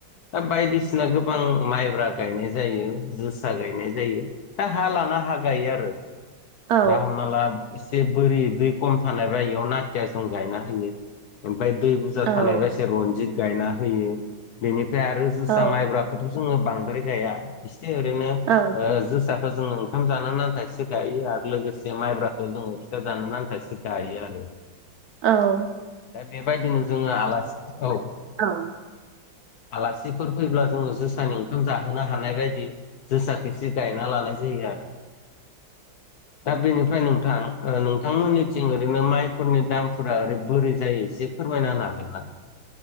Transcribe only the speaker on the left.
दा बायदिसिना गोबां माइ फोरा गायनाय जायो जोसा गायनाय जायो हा हा लाना हा गायो आरो।
दा हमना ला एसे बोरि दै खम थानाय बा इयाव नाथिया जं गायना होयो ओमफ्राय दै बुरजा
थानाय बा इसे रनजित गायना होयो बेनिफ्राय आरो जोसा
माइब्राखौथ' जोङो बांद्राय गाया इसे ओरैनो
ओ जोसा खौ जोङो ओंखाम जानो आन्था इसे गायो आरो लोगोसे माइब्राखौ जोङो फिथा जानो नान्था इसे गायो आरो।
दा बेबायदिनो जोङो आलासि औ
आलासिफोर फैब्ला जोङो जोसानि ओंखाम जाहोनो हानाय बायदि जोसाखौसे गायना लानाय जायो आरो।
दा बेनिफ्राय नोंथां ओ नोंथांमोननिथिं ओरैनो माइफोरनि दामफोरा ओरै बोरै जायो एसे फोरमायना होनो हागोन ना?